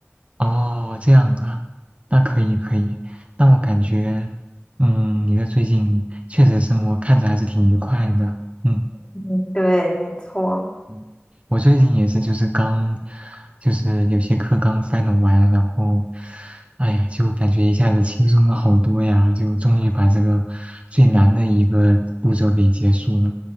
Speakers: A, on the right; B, on the left.
A: 哦，这样啊，那可以可以。那我感觉，嗯，你的最近确实生活看着还是挺愉快的。嗯，
B: 嗯，对，没错。
A: 嗯我最近也是，就是刚，就是有些课刚 final 完，然后，哎呀，就感觉一下子轻松了好多呀，就终于把这个最难的一个步骤给结束了，